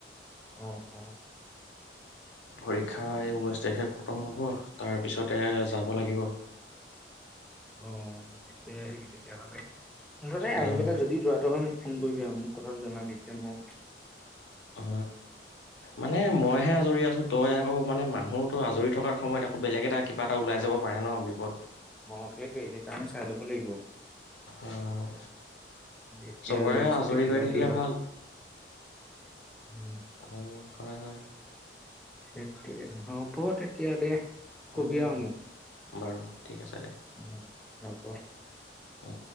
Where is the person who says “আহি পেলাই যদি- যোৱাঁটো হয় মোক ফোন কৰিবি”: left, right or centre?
Centre